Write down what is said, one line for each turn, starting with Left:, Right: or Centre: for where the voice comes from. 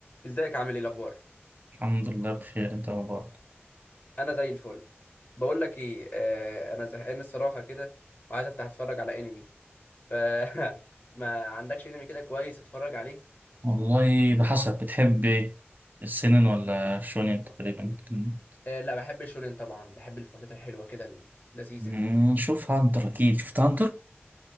Left: ازيك عامل ايه الاخبار
Right: الحمد لله بخير انت مبارك
Left: انا زي الفل بقول لك ايه آه انا زهقان الصراحه كده وعايز افتح اتفرج على انمي ف <laughs> ما عندكش انمي كده كويس اتفرج عليه
Right: والله بحسب بتحب ايه السنن ولا شونين تقريبا كان
Left: آه لا بحب الشونين طبعا بحب الفوتات الحلوه كده اللذيذه
Right: مم، شوف هانتر اكيد شفت هانتر